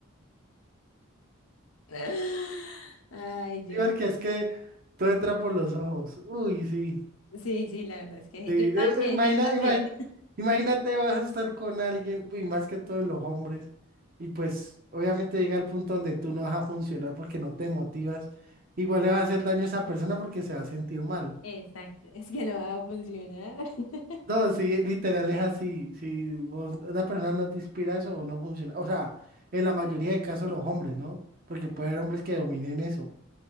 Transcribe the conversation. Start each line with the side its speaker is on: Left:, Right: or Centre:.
Left: <laughs> Ay, yo.
Right: Sí, porque es que todo entra por los ojos. Uy, sí.
Left: Sí, sí, la verdad es que sí.
Right: sí.
Left: Yo también,
Right: Eh, eh, imagina,
Left: yo también.
Right: imagi- imagínate, vas a estar con alguien, y más que todos los hombres, y pues obviamente llega el punto donde tú no vas a funcionar porque no te motivas. Igual le vas a hacer daño a esa persona porque se va a sentir mal.
Left: Exacto, es que no va a funcionar. <laughs>
Right: No, sí, literal es así. Si vos- una persona no te inspira eso o no funciona. O sea, en la mayoría de casos los hombres, ¿no? Porque puede haber hombres que dominen eso.